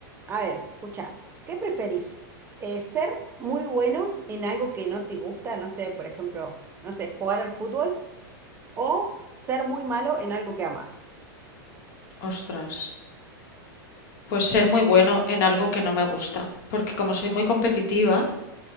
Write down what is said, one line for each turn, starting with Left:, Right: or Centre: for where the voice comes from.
Right: a ver, escucha, ¿qué preferís? Eh, ¿ser muy bueno en algo que no te gusta? No sé, por ejemplo, no sé, jugar al fútbol o ser muy malo en algo que amas.
Left: ostras. Pues ser muy bueno en algo que no me gusta. Porque como soy muy competitiva,